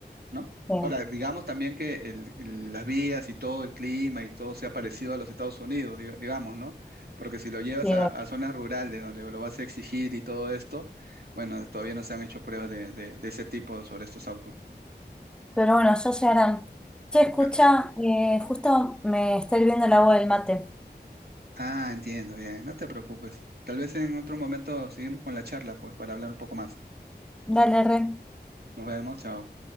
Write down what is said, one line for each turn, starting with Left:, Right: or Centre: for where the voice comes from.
Right: ¿no?
Centre: sí,
Right: Ahora, digamos también que el- el- las vías y todo el clima y todo sea parecido a los Estados Unidos, diga- digamos, ¿no? Porque si lo llevas
Centre: sí.
Right: a, a zonas rurales donde lo vas a exigir y todo esto, bueno, todavía no se han hecho pruebas de, de- de ese tipo sobre estos autos.
Centre: Pero bueno, yo se harán. Che, escucha,
Right: Ah,
Centre: eh, justo me está hirviendo el agua del mate.
Right: ah, entiendo, bien, no te preocupes. Tal vez en otro momento seguimos con la charla, pues, para hablar un poco más.
Centre: Dale, re.
Right: Nos vemos, chao.